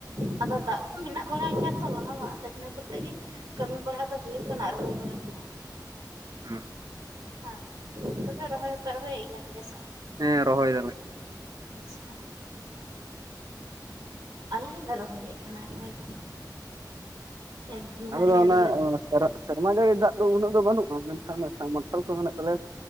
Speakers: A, on the right; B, on the right.
A: ᱠᱟᱫᱟ ᱟᱫᱚ, ᱫᱟᱜ ᱠᱚ ᱢᱮᱱᱟᱜ ᱵᱟᱲᱟᱭ ᱜᱮᱭᱟ ᱛᱚ ᱞᱟᱦᱟᱣᱟ ᱟᱫᱚ ᱤᱱᱟᱹ ᱠᱚᱛᱮ ᱜᱮ ᱠᱟᱹᱢᱤ ᱵᱟᱲᱟ ᱫᱚ ᱦᱩᱭᱩᱜ ᱠᱟᱱᱟ ᱨᱚᱦᱚᱭ ᱵᱟᱲᱟ ᱠᱚᱫᱚ,
B: <inaudible>
A: ᱦᱮᱸ ᱛᱚᱵᱮ ᱨᱚᱦᱚᱭ ᱦᱚᱸᱯᱮ ᱨᱚᱦᱚᱭᱮᱫ ᱜᱮᱭᱟᱱ ᱜᱮ ᱥᱮ,
B: ᱦᱮᱸ ᱨᱚᱦᱚᱭ ᱫᱟᱞᱮ,
A: ᱟᱪᱪᱷᱟ, ᱟᱞᱮ ᱦᱚᱸᱞᱮ ᱨᱚᱦᱚᱭᱮᱫ ᱠᱟᱱᱟ ᱨᱚᱦᱚᱭ ᱫᱚ, ᱪᱮᱫ ᱞᱮᱠᱟ ᱢᱮᱱᱟᱜ
B: ᱟᱞᱮ ᱫᱚ
A: ᱱᱤᱭᱟᱹ
B: ᱚᱱᱮ
A: ᱨᱚᱦᱚᱭ
B: ᱥᱮᱨᱮᱧ ᱥᱮᱨᱢᱟ ᱡᱟᱹᱲᱤ ᱫᱟᱜ ᱫᱚ ᱩᱱᱟᱹᱜ ᱫᱚ ᱵᱟᱹᱱᱩᱜᱼᱟ ᱢᱮᱱᱠᱷᱟᱱ ᱥᱟᱵ ᱢᱟᱨᱥᱟᱞ ᱠᱚ ᱢᱮᱱᱟᱜ ᱛᱟᱞᱮᱭᱟ,